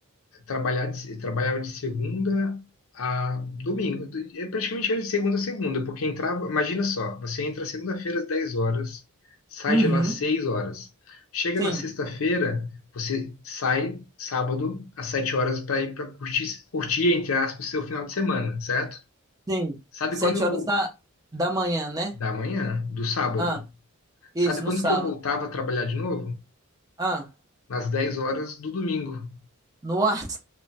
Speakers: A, on the left; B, on the right.
A: trabalhar de, trabalhava de segunda a domingo, é praticamente era de segunda a segunda, porque entrava, imagina só, você entra segunda-feira às 10 horas, sai
B: Uhum.
A: de lá às 6 horas. Chega
B: Sim,
A: na sexta-feira, você sai sábado às 7 horas para ir para curtir, curtir, entre aspas, seu final de semana, certo?
B: sim.
A: Sabe
B: Sete
A: quando eu
B: horas
A: vou?
B: da, da manhã, né?
A: Da manhã, do sábado.
B: Ah, isso,
A: Sabe quando
B: no sábado.
A: que eu voltava a trabalhar de novo?
B: Ah.
A: nas 10 horas do domingo.
B: Nossa,